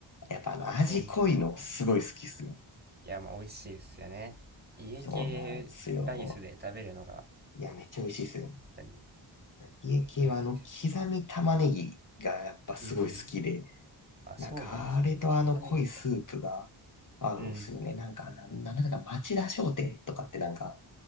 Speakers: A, on the left; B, on the right.
A: やっぱあの味濃いのすごい好きっすよ。
B: あ、そうなんですね。いや、まあ、美味しいですよね。家系ライスで食べるのが、
A: そうなんすよ。いや、めっちゃ美味しいっすよ。
B: 本当に
A: 家系はあの刻み玉ねぎがやっぱすごい好きで、
B: 美味しいですね。うん。あ、そうなんですね。
A: なんかあれとあの濃いスープが合うんすよね。
B: 玉ねぎか。うん。
A: なんか、ななんだか町田商店とかってなんか